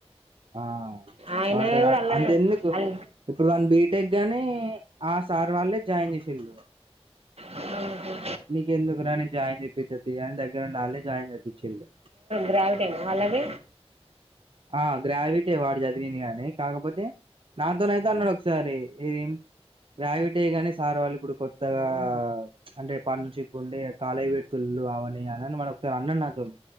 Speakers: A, on the right; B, on the right.
A: ఆ
B: ఆయన
A: వాన్తోనీగా
B: కూడా అల్లనే
A: అంతా ఎందుకు
B: అల్
A: ఇప్పుడు దాని బీటెక్ గాని ఆ సార్ వాళ్ళే జాయిన్ చేసిళ్ళు
B: ఆహా
A: నీకు ఎందుకు రా నేన్ జాయిన్ చెపిత్త థీ అని దగ్గర ఉండి వాళ్ళే జాయిన్ చేయిచ్చిళ్ళు
B: గ్రావిటి నా అల్లవి
A: ఆ గ్రావిటే వాడు చదివింది గానీ కాకపోతే నాతోనైతే అన్నడోకసారి ఏం గ్రావిటే కాని సార్ వాళ్ళు ఇప్పుడు కొత్తగా ఆ అంటే పార్టనర్షిప్ ఉండే కాలేజ్ పెడుతుళ్లు అవన్ని అని మన ఒకసారి అన్నడు నాతోని